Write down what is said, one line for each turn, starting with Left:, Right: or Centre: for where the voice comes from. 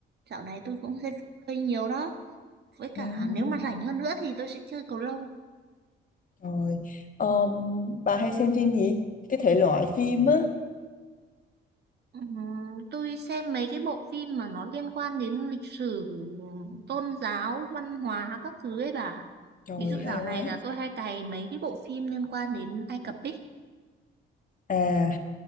Right: Dạo này tôi cũng xem phim hơi nhiều đó. Với
Left: Ừ,
Right: cả nếu mà rảnh hơn nữa thì tôi sẽ chơi cầu lông.
Left: trời, Ờm, bà hay xem phim gì? Cái thể loại phim á.
Right: Ừm, tôi xem mấy cái bộ phim mà nó liên quan đến lịch sử, tôn giáo, văn hóa các thứ ấy bà.
Left: Trời,
Right: Ví dụ
Left: hay
Right: dạo này
Left: quá.
Right: là tôi hay cày mấy cái bộ phim liên quan đến Ai Cập ấy,
Left: À,